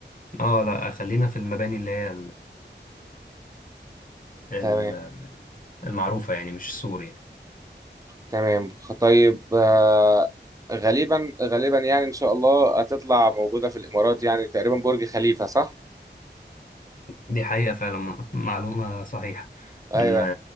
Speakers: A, on the left (about 45°); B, on the right (about 20°).
A: اه لا خلينا في المباني اللي هي ال-
B: تمام
A: المعروفة يعني مش سوري
B: تمام خ- طيب آه، غالبا غالبا يعني ان شاء الله هتطلع موجودة في الامارات يعني تقريبا برج خليفة صح
A: دي حقيقة فعلا معلومة صحيحة
B: ايوه
A: إن